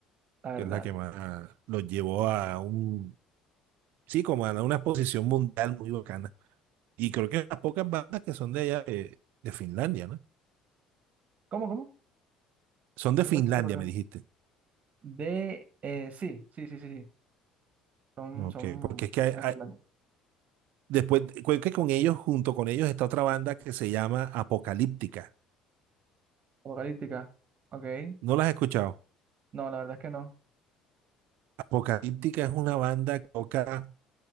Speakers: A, on the right; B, on the right.
A: la verdad.
B: que es la que más los llevó a un, sí, como a una exposición mundial muy bacana. Y creo que las pocas bandas que son de allá, eh, de Finlandia, ¿no?
A: ¿Cómo, cómo?
B: Son de
A: No
B: Finlandia,
A: lo escuché, perdón.
B: me dijiste.
A: De, eh, sí, sí, sí, sí, sí. Son,
B: Ok,
A: son,
B: porque es que hay-
A: son de
B: hay-
A: Finlandia.
B: después, creo que con ellos, junto con ellos, está otra banda que se llama Apocalíptica.
A: Apocalíptica. Ok.
B: ¿No las has escuchado?
A: No, la verdad es que no.
B: Apocalíptica es una banda que toca